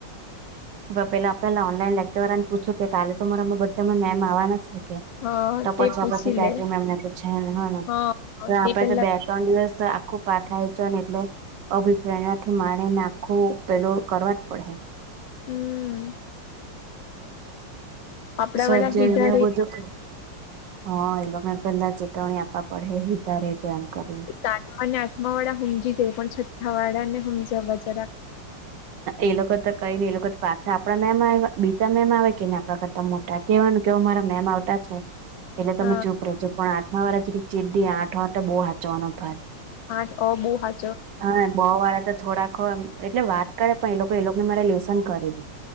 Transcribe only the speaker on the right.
હ પેલા આપેલા ઓનલાઈન લેકચર વાર ને પૂછું કે કાલે તો મારામાં બધામાં મેમ આવવાના છે કે
તો
પછા
પછી કેટરી
એમને તો છે ને હ
તો આપડે
તો બે ત્રણ દિવસ તો આખું પાઠાયું છે એટલે અભિપ્રાયથી મારેને આખું પેલું કરવા જ પડે.
સજને
બધું કે હા એ લોકો મે પેલા ચેતવણી આપવા પડે હ તારેજ એમ કરીને.
એ લોકો તો કઈ ને એ લોકો પાછા આપડા મેમ આયવા બીજા મેમ આવે કે ને આપડા કરતા મો તા કેવાનું કે અવે મારા મેમ આવટા છે. એટલે તમે
ચૂપ રેહ જો પણ આઠમા વાળા જીરીક જિદ્દી આઠવા માટે બો હાંચવાનો ભારે.
હા બો વાળા તો થોડા એટલે વાત કરે પણ એ લોકો એ લોકોને મારે લેસન કરી દે